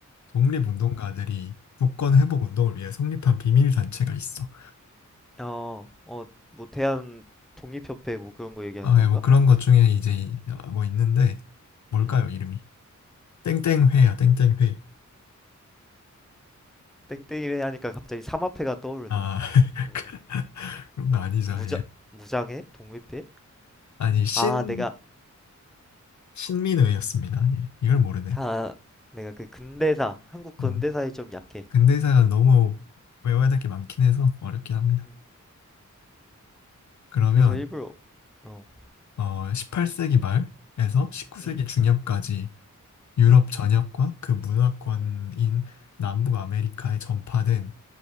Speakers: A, on the left; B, in the centre.
A: 독립운동가들이
B: 음,
A: 국권
B: 음.
A: 회복 운동을 위해 성립한 비밀 단체가 있어.
B: 어, 어, 뭐 대한 독립협회 뭐 그런 거 얘기하는
A: 아,
B: 건가?
A: 예, 뭐 그런 것 중에 이제 이- 어, 뭐 있는데 뭘까요,
B: 음,
A: 이름이? 땡땡회야, 땡땡회.
B: 땡땡이회 하니까 갑자기 삼합회가 떠오르네.
A: 아, <laughs>
B: 어,
A: 그- 그런 거 아니죠,
B: 무장
A: 예.
B: 무장회? 독립회?
A: 아니, 신,
B: 아, 내가
A: 신민회였습니다. 예, 이걸 모르네.
B: 아, 내가 그 근대사 한국 근대사에
A: 음.
B: 좀 약해.
A: 근대사가 너무 외워야 될 게 많긴 해서 어렵긴 합니다.
B: 음,
A: 그러면
B: 그래서 일부러 어,
A: 어, 18세기 말에서 19세기
B: 음,
A: 중엽까지 유럽
B: 음,
A: 전역과 그 문화권인 남북 아메리카에 전파된